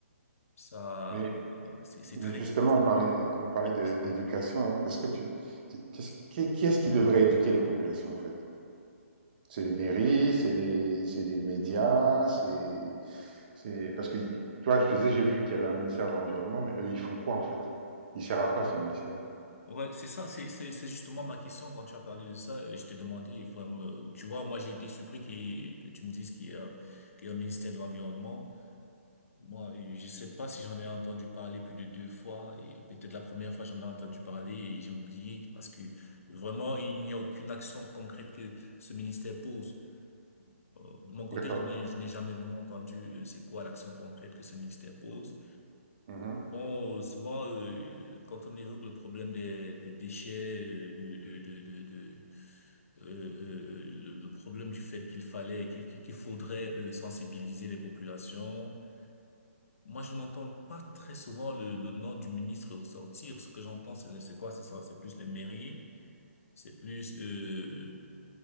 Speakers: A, on the left; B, on the right.
A: ça,
B: Mais
A: euh, c'est, c'est
B: Mais
A: très
B: justement,
A: difficile,
B: on parlait, on parlait
A: très difficile
B: de- d'éducation.
A: de parler.
B: Est-ce que tu, qu'est-ce- qui, qui est-ce qui devrait éduquer les populations, en fait? C'est les mairies, c'est les, c'est les médias, c'est, c'est, parce que, toi, je te disais, j'ai vu qu'il y avait un ministère de l'Environnement, mais eux, ils font quoi, en fait? Il sert à quoi, ce ministère?
A: Ouais, c'est ça, c'est, c'est, c'est justement ma question quand tu as parlé de ça. euh, Je t'ai demandé, il faut me- tu vois, moi j'ai été surpris qu'il- que tu me dises qu'il y a, qu'il y a un ministère de l'Environnement. Moi, je sais pas si j'en ai entendu parler plus de deux fois et peut-être la première fois j'en ai entendu parler et j'ai oublié parce que vraiment il n'y a aucune action concrète que ce ministère pose. Euh, de mon côté,
B: D'accord.
A: je n'ai je n'ai jamais vraiment entendu euh, c'est quoi l'action concrète que ce ministère pose.
B: Mhm.
A: Bon, euh, souvent euh, euh, quand on évoque le problème des, des déchets, euh, de, de, de, de, de- euh, euh, euh, le, le problème du fait qu'il fallait qu'il qu'il faudrait euh, sensibiliser les populations moi, je n'entends pas très souvent le, le nom du ministre ressortir. Ce que j'entends, c'est c'est quoi? C'est ça- c'est plus les mairies, c'est plus euh,